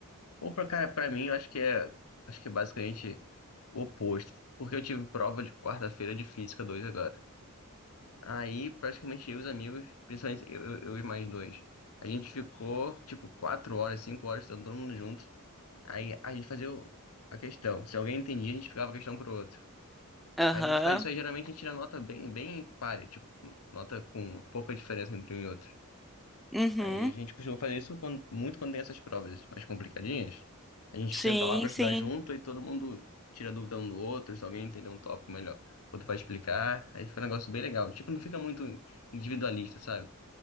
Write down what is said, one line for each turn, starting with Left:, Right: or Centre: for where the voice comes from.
Left: Opa, cara, pra mim, eu acho que é, acho que é basicamente o oposto, porque eu tive prova de quarta-feira de Física 2 agora. Aí, praticamente, eu e os amigos, principalmente eu, eu eu e mais dois, a gente ficou, tipo, quatro horas, cinco horas, estando todo mundo junto. Aí, a gente fazia o- a questão. Se alguém entendia, a gente ficava a questão pro outro.
Centre: Aham.
Left: Aí A gente faz isso aí, geralmente, a gente tira nota bem, bem páreo, tipo, nota com pouca diferença entre um e outro.
Centre: Uhum.
Left: Aí a gente costuma fazer isso quando- muito quando tem essas provas mais complicadinhas. A gente
Centre: Sim,
Left: senta lá para estudar
Centre: sim.
Left: junto e todo mundo tira dúvida um do outro, se alguém entender um tópico melhor, o outro vai explicar. Aí fica um negócio bem legal. Tipo, não fica muito individualista, sabe?